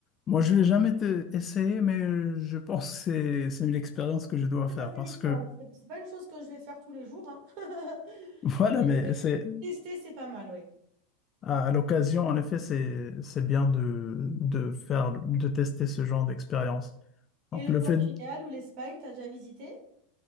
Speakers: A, on the left; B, on the right.
A: Moi, je l'ai jamais été- essayé, mais je pense que c'est c'est une expérience que je dois
B: C'est
A: faire
B: assez
A: parce
B: l'expérience.
A: que,
B: C'est c'est pas une chose que je vais faire tous les jours, hein. <laughs>
A: <laughs> voilà,
B: Mais
A: mais c'est
B: tester, c'est pas mal, oui.
A: à, à l'occasion, en effet, c'est c'est bien de, de faire, de tester ce genre d'expérience.
B: Et
A: Donc,
B: le
A: le
B: Portugal
A: fait,
B: ou l'Espagne, t'as déjà visité?